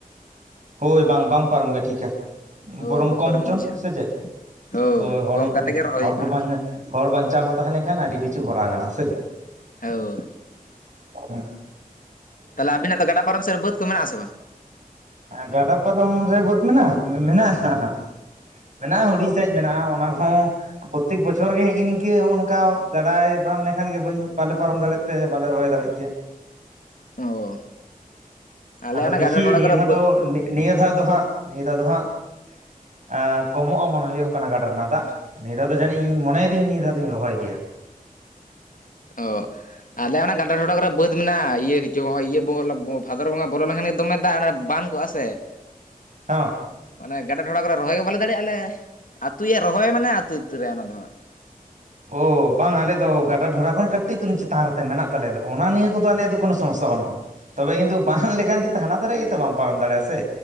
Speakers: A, on the right; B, on the left.
A: ᱦᱳᱭ, ᱵᱟᱝ ᱵᱟᱝ ᱯᱟᱨᱚᱢ ᱜᱮ ᱴᱷᱤᱠᱟ ᱾
B: ᱦᱳᱭ
A: ᱵᱚᱨᱚᱢ
B: ᱵᱚᱛᱚᱨ
A: ᱠᱚᱢ ᱦᱚᱪᱚᱱ
B: ᱜᱮ ᱵᱩᱡᱷᱟᱹᱜᱼᱟ
A: ᱥᱮ ᱪᱮᱫ
B: ᱦᱳᱭ
A: ᱦᱚᱲ ᱦᱚᱲ
B: ᱠᱚᱢ ᱠᱟᱛᱮ ᱜᱮ ᱨᱚᱦᱚᱭ ᱦᱩᱭᱩᱜᱼᱟ
A: ᱠᱚᱵᱚ ᱵᱟᱝ ᱦᱚᱲ ᱵᱟᱧᱪᱟᱣ ᱵᱚ ᱛᱟᱦᱮᱸ ᱞᱮᱱᱠᱷᱟᱱ ᱟᱹᱰᱤ ᱠᱤᱪᱷᱩ ᱠᱚᱨᱟᱣ ᱜᱟᱱᱚᱜᱼᱟ ᱥᱮ ᱪᱮᱫ?
B: ᱦᱳ ᱾
A: ᱦᱩᱸ
B: ᱛᱟᱦᱚᱞᱮ ᱟᱵᱤᱱᱟᱸᱜ ᱫᱚ ᱜᱟᱰᱟ ᱯᱟᱨᱚᱢ ᱥᱮᱫ ᱨᱮ ᱵᱟᱹᱫᱽ ᱠᱚ ᱢᱮᱱᱟᱜᱼᱟ ᱥᱮ ᱵᱟᱝ?
A: ᱜᱟᱰᱟ ᱯᱟᱨᱚᱢ ᱨᱮ ᱵᱟᱹᱫᱽ ᱢᱮᱱᱟᱜᱼᱟ ᱢᱮᱱᱟᱜᱼᱟ ᱦᱟᱸᱜ᱾ ᱢᱮᱱᱟᱜᱼᱟ ᱦᱩᱰᱤᱸᱧ ᱥᱟᱹᱦᱤᱡ ᱢᱮᱱᱟᱜᱼᱟ ᱚᱱᱟ ᱠᱚᱦᱚᱸ ᱯᱨᱚᱛᱮᱠ ᱵᱚᱪᱷᱚᱨ ᱜᱮ ᱦᱤᱜ-ᱤ ᱱᱤᱝᱠᱟᱹ ᱱᱚᱜ ᱱᱚᱠᱟ ᱜᱟᱰᱟᱭ ᱵᱟᱱ ᱞᱮᱠᱷᱟᱱ ᱜᱮ ᱵᱟᱹᱧ ᱵᱟᱞᱮ ᱯᱟᱨᱚᱢ ᱫᱟᱲᱮᱭᱟᱜᱼᱟ᱾ ᱛᱮ ᱵᱟᱞᱮ ᱨᱚᱦᱚᱭ ᱫᱟᱲᱮᱜ ᱜᱮᱭᱟ
B: ᱚ ᱟᱞᱮ
A: ᱟᱫᱚ
B: ᱚᱱᱟ
A: ᱫᱮᱠᱷᱤ
B: ᱜᱟᱰᱟ ᱰᱷᱚᱰᱟ
A: ᱱᱤᱭᱟᱹ
B: ᱠᱚᱨᱮ
A: ᱫᱷᱟᱣ
B: ᱵᱟᱹᱫᱽ
A: ᱱᱚᱜ ᱱᱤᱜ ᱱᱤᱭᱟᱹ ᱫᱷᱟᱣ ᱫᱚ ᱦᱟᱸᱜ ᱱᱤᱭᱟᱹ ᱫᱷᱟᱣ ᱫᱚ ᱦᱟᱸᱜ ᱟᱸ ᱠᱚᱢᱚᱜᱼᱟ ᱢᱚᱱᱮ ᱦᱩᱭᱩᱜ ᱠᱟᱱᱟ ᱜᱟᱰᱟ ᱨᱮᱱᱟᱜ ᱫᱟᱜ᱾ ᱱᱤᱭᱟᱹ ᱫᱷᱟᱣ ᱫᱚ ᱡᱟᱹᱱᱤᱡ ᱤᱧ ᱢᱚᱱᱮᱭᱮᱫᱟᱹᱧ ᱱᱤᱭᱟᱹ ᱫᱷᱟᱣ ᱫᱚᱸᱧ ᱨᱚᱦᱚᱭ ᱜᱮᱭᱟ᱾
B: ᱚᱻ ᱟᱞᱮ ᱚᱱᱟ ᱜᱟᱰᱟ ᱴᱚᱰᱟ ᱠᱚᱨᱮ ᱵᱟᱹᱫᱽ ᱢᱮᱱᱟᱜᱼᱟ ᱤᱭᱟᱹᱪᱳ ᱤᱭᱟᱹ ᱵᱚᱸ ᱵᱷᱟᱫᱚᱨ ᱵᱚᱸᱜᱟ ᱵᱚᱞᱚ ᱞᱮᱱᱠᱷᱟᱱ ᱜᱮ ᱫᱚᱢᱮ ᱫᱟᱜ ᱾ ᱵᱟᱱ ᱠᱚᱜᱼᱟ ᱥᱮ
A: ᱦᱚᱸᱻ
B: ᱢᱟᱱᱮ ᱜᱟᱰᱟ ᱰᱷᱚᱲᱟ ᱠᱚᱨᱮ ᱨᱚᱦᱚᱭ ᱜᱮ ᱵᱟᱞᱮ ᱫᱟᱲᱮᱭᱟᱜᱼᱟᱞᱮ ᱟᱹᱛᱩᱭᱟ ᱨᱚᱦᱚᱭ ᱢᱟᱱᱮ ᱟᱹᱛᱩ ᱩᱛᱟᱹᱨᱟ ᱚᱱᱟ ᱫᱚ ᱦᱟᱸᱜ
A: ᱚᱻ ᱵᱟᱝ ᱟᱞᱮ ᱫᱚ ᱜᱟᱰᱟ ᱰᱷᱚᱰᱟ ᱠᱷᱚᱱ ᱠᱟᱹᱴᱤᱡ ᱛᱩᱞᱩᱸᱝ ᱪᱮᱛᱟᱱ ᱨᱮᱛᱮ ᱢᱮᱱᱟᱜ ᱛᱟᱞᱮᱭᱟ ᱫᱚ ᱚᱱᱟ ᱱᱤᱭᱟᱹ ᱠᱚᱫᱚ ᱟᱞᱮ ᱫᱚ ᱠᱚᱱᱳ ᱥᱚᱢᱚᱥᱥᱟ ᱵᱟᱹᱱᱩᱜᱼᱟ᱾ ᱛᱚᱵᱮ ᱠᱤᱸᱱᱛᱩ ᱵᱟᱱ ᱞᱮᱠᱟᱱ ᱜᱮᱛᱚ ᱦᱟᱱᱟ ᱫᱷᱟᱨᱮ ᱜᱮᱛᱚ ᱵᱟᱢ ᱯᱟᱨᱚᱢ ᱫᱟᱲᱮᱭᱟᱜᱼᱟ ᱥᱮ᱾